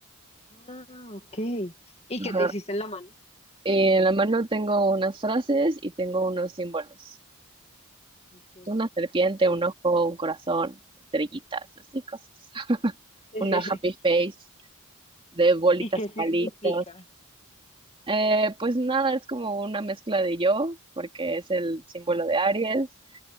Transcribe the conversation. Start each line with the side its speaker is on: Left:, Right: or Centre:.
Left: Ah, ok. ¿Y qué
Right: Ajá.
Left: te hiciste en la mano?
Right: Y en la mano tengo unas frases y tengo unos símbolos.
Left: Ok.
Right: Una serpiente,
Left: ¿Y,
Right: un ojo, un corazón, estrellitas, así cosas. <laughs>
Left: <laughs>
Right: Una happy face de bolitas,
Left: ¿y qué significa?
Right: palitos. Eh, pues nada, es como una mezcla de yo, porque es el símbolo de Aries.